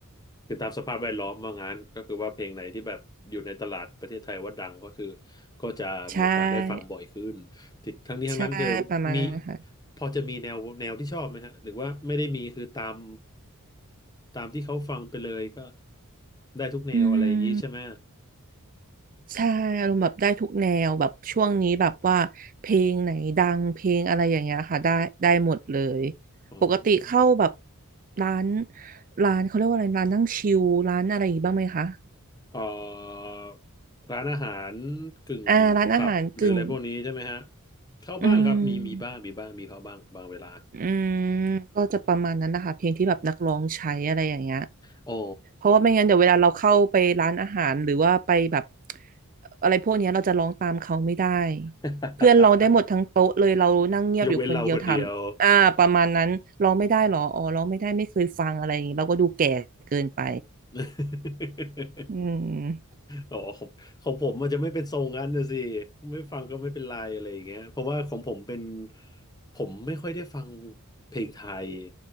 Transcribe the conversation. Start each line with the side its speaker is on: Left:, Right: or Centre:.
Left: คือตามสภาพแวดล้อมว่างั้นก็คือว่าเพลงไหนที่แบบอยู่ในตลาดประเทศไทยว่าดังก็คือก็จะมีโอกาสได้ฟังบ่อยขึ้นติดทั้งนี้ทั้งนั้นคือมี
Right: ใช่ใช่ประมาณนั้นนะค่ะ
Left: พอจะมีแนวแนวที่ชอบไหมฮะหรือว่าไม่ได้มีคือตามตามที่เขาฟังไปเลยก็ได้ทุกแนวอะไรอย่างนี้ใช่ไหม
Right: อืม ใช่อารมณ์แบบได้ทุกแนวแบบช่วงนี้แบบว่าเพลงไหนดังเพลงอะไรอย่างเงี้ยค่ะได้ได้หมดเลย
Left: อ๋อ
Right: ปกติเข้าแบบร้านร้านเขาเรียกว่าอะไรร้านนั่งชิลร้านอะไรอย่างงี้บ้างไหมคะ
Left: เอ่อร้านอาหารกึ่งผับหรืออะไรพวกนี้ใช่ไหมฮะ
Right: อ่าร้านอาหารกึ่ง
Left: เข้าบ้างครับมีมีบ้างมีบ้างมีเข้าบ้างบางเวลา
Right: อืมอืมก็จะประมาณนั้นนะคะเพลงที่แบบนักร้องใช้อะไรอย่างเงี้ย
Left: อ๋อ
Right: เพราะว่าไม่งั้นเดี๋ยวเวลาเราเข้าไปร้านอาหารหรือว่าไปแบบอะไรพวกเนี้ยเราจะร้องตามเขาไม่ได้
Left: <laughs>
Right: เพื่อนร้องได้หมดทั้งโต๊ะเลยเรานั่งเงียบอยู่คนเดียวทำอ่าประมาณนั้นร้องไม่ได้หรออ๋อร้องไม่ได้ไม่เคยฟังอะไรอย่างงี้เราก็ดูแก่เกินไป
Left: ยกเว้นเราคนเดียว <laughs>
Right: อืม
Left: อ๋อของของผมมันจะไม่เป็นทรงนั้นนะสิ ไม่ฟังก็ไม่เป็นไรอะไรอย่างเงี้ยเพราะว่าของผมเป็นผมไม่ค่อยได้ฟังเพลงไทย